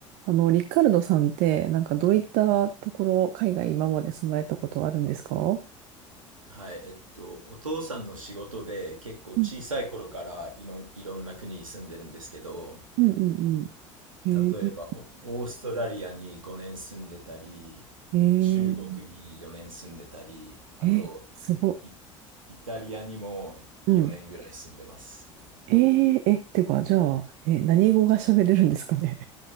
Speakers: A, on the right; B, on the right.
A: あの、リカルドさんって、なんかどういったところ、海外今まで住まれたことあるんですかう
B: はい、えっと、お父さんの仕事で結構小さい頃からいろんいろんな国に住んでるんですけど、
A: んうんうんうん。えー、
B: 例えばおオーストラリアに5年住んでたり、
A: え
B: 中国に4年住んでたり、あと
A: ー、え、すご。
B: イ、イタリアにも4年ぐらい住んでます。
A: うん。えー、え、てか、じゃあ、え、何語が喋れるんですかね。